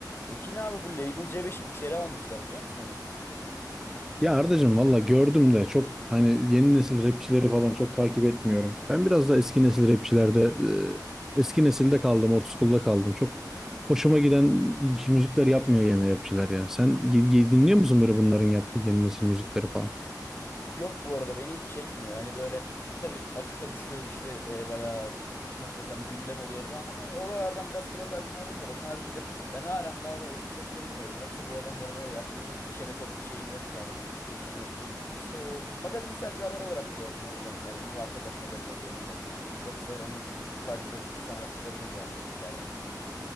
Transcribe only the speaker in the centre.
Ya Ardacığım valla gördüm de çok hani yeni nesil rapçileri falan çok takip etmiyorum. Ben biraz da eski nesil rapçilerde e, eski nesilde kaldım, old school'da kaldım. Çok hoşuma giden hiç müzikler yapmıyor yeni rapçiler ya. Sen gi- gi- dinliyor musun böyle bunların yaptığı yeni nesil müzikleri falan?